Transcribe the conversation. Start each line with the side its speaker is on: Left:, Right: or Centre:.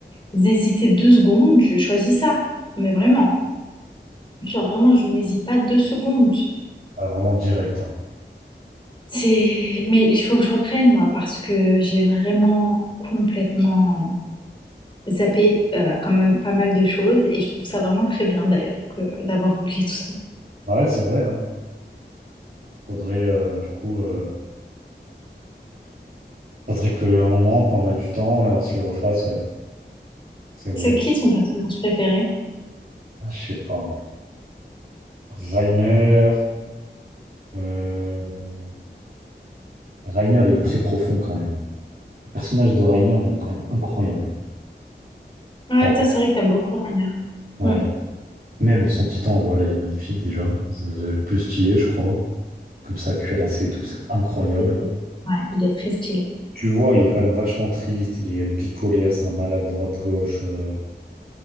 Left: hésité deux secondes, je choisis ça. Mais vraiment, genre vraiment, je n'hésite pas deux secondes.
Right: pas vraiment direct. hein.
Left: C'est, mais il faut que je reprenne moi parce que j'ai vraiment complètement zappé euh, quand même pas mal de choses et je trouve ça vraiment très bien d'ailleurs que d'avoir oublié tout ça.
Right: Ouais, c'est vrai. Hein. Faudrait euh, du coup, euh, faudrait qu'à un moment, quand on a du temps, euh, on se le refasse. Ouais, c'est vrai.
Left: C'est qui ton personnage préféré?
Right: Ah, je sais pas. hein. Reiner. euh, Reiner, il est très profond quand même. Le personnage de Reiner, il est quand même incroyable.
Left: Ouais,
Right: T'as-
Left: toi, c'est vrai que t'aimes beaucoup Rainer.
Right: ouais.
Left: Hmm.
Right: Même son titan, voilà, il est magnifique déjà. C'est c'est le plus stylé, je crois. Comme ça, cuirassé et tout, c'est incroyable.
Left: Ouais, il est très stylé.
Right: Tu vois, il est quand même vachement triste, il est bipolaire, c'est un malade droite-gauche. euh,